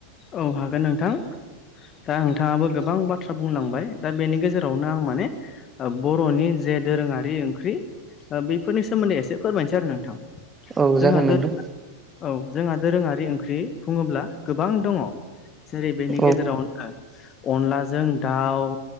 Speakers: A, on the left; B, on the right.
A: औ हागोन नोंथां दा नोंथाङाबो गोबां बा थ्रा बुंलांबाय दा बेनि गेजेरावनो आं माने बर'नि जे दोरोङारि ओंख्रि बेफोरनि सोमोन्दै एसे फोरमायनोसै आरो नोंथां।
B: औ
A: जोंहा
B: जागोन
A: दो
B: नोंथां
A: औ जोंहा दोरोङारि ओंख्रि बुङोब्ला गोबां दङ जेरै बेनि गेजेरावनो
B: औ
A: अनलाजों दाउ